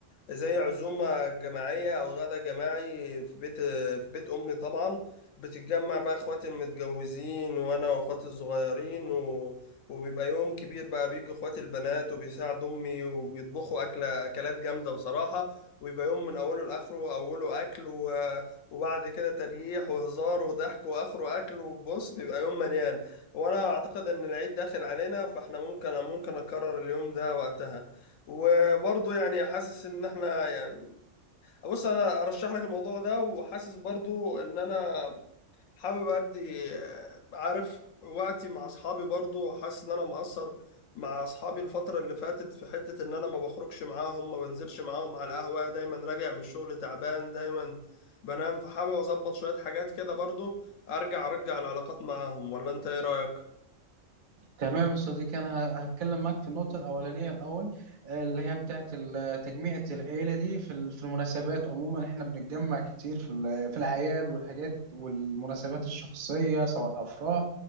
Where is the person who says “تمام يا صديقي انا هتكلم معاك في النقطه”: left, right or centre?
Right